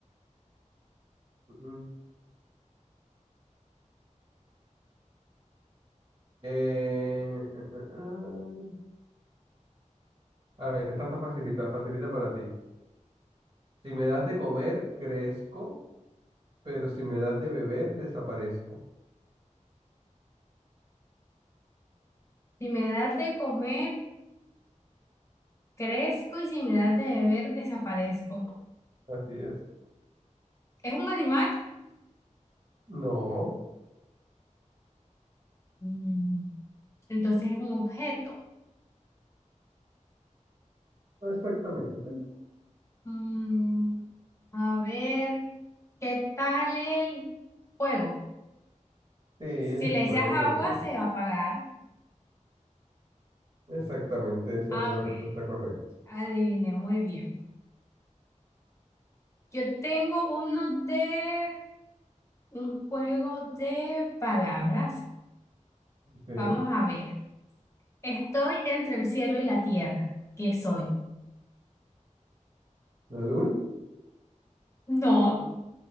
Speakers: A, on the right (about 45°); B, on the left (about 20°).
A: Mm, eh, eh, eh, eh. A ver, esta está facilita, facilita para ti. Si me das de comer, crezco, pero si me das de beber, desaparezco.
B: Si me das de comer, crezco y si me das de beber, desaparezco.
A: Así es.
B: ¿Es un animal?
A: No,
B: Mm, Entonces es un objeto.
A: no exactamente.
B: Mm, a ver, ¿Qué tal el fuego?
A: Sí, es
B: Si
A: el
B: le
A: fuego,
B: echas
A: muy
B: agua,
A: bien.
B: se va a apagar.
A: Exactamente, esa
B: Ah,
A: era la
B: ok.
A: respuesta correcta.
B: Adiviné muy bien. Yo tengo uno de un juego de palabras.
A: Sí,
B: Vamos a ver. Estoy entre el cielo y la tierra. ¿Qué soy?
A: la luna.
B: No,